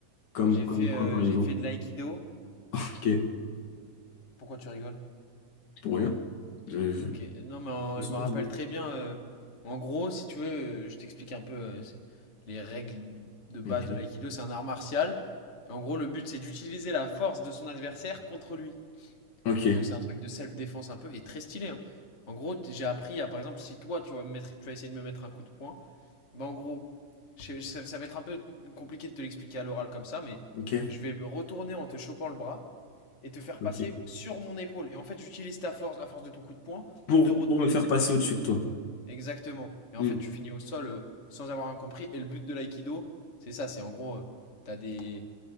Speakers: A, on the left; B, on the left.
A: Comme,
B: J'ai
A: comme
B: fait,
A: quoi,
B: euh,
A: par
B: j'ai
A: exemple?
B: fait de l'aïkido.
A: <laughs> Ok,
B: Pourquoi tu rigoles?
A: pour rien. Je, je...
B: Ok,
A: je
B: non mais en-
A: me suis
B: je me rappelle
A: dit.
B: très bien. euh, en gros, si tu veux, euh, je t'explique un peu euh, c'est- les règles de base
A: Ok,
B: de l'aïkido. C'est un art martial. Et en gros, le but c'est d'utiliser la force de son adversaire contre lui.
A: ok,
B: Et donc c'est un truc de self-défense un peu et très stylé. hein. En gros, t- j'ai appris à par exemple si toi tu vas me mettre, tu vas essayer de me mettre un coup de poing, bah en gros, je- ça, ça va être un peu compliqué de te l'expliquer à l'oral comme ça, mais
A: ok.
B: je vais me retourner en te chopant le bras et te faire
A: ok.
B: passer sur mon épaule. Et en fait, j'utilise ta force, la force de ton coup de poing,
A: Pour,
B: pour te retourner.
A: pour me faire passer au-dessus de toi.
B: Exactement. Et
A: Hmm.
B: en fait, tu finis au sol, heu, sans avoir rien compris et le but de l'aïkido, c'est ça, c'est en gros, heu, tu des